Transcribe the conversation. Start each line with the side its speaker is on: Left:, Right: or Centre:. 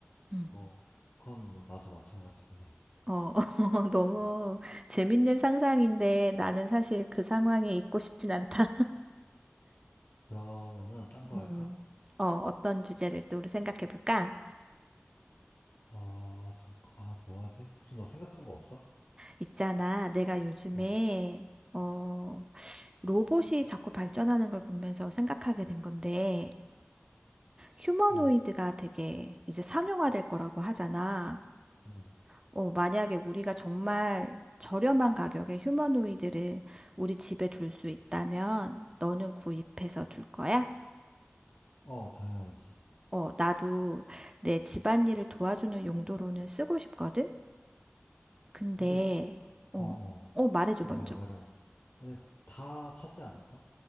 Right: 음.
Left: 뭐, 그건 뭐 나도 마찬가지긴 해.
Right: 어, <laughs> 너무
Left: <laughs>
Right: 재밌는 상상인데 나는 사실 그 상황에 있고 싶진 않다.
Left: 그러면은 딴
Right: <laughs>
Left: 거
Right: 음,
Left: 할까?
Right: 어, 어떤 주제를 또 우리 생각해 볼까?
Left: 어, 잠깐, 아, 뭐 하지? 혹시 너 생각한 거 없어?
Right: 있잖아, 내가 요즘에,
Left: 어,
Right: 어, 로봇이 자꾸 발전하는 걸 보면서 생각하게 된 건데, 휴머노이드가
Left: 응,
Right: 되게 이제 상용화될 거라고 하잖아.
Left: 응.
Right: 어, 만약에 우리가 정말 저렴한 가격에 휴머노이드를 우리 집에 둘 수 있다면, 너는 구입해서 둘 거야?
Left: 어, 당연하지.
Right: 어, 나도 내 집안일을 도와주는 용도로는 쓰고 싶거든? 근데,
Left: 근데,
Right: 어,
Left: 어, 어,
Right: 어, 말해줘,
Left: 어,
Right: 먼저.
Left: 말해, 말해, 말해. 근데 다 사지 않을까?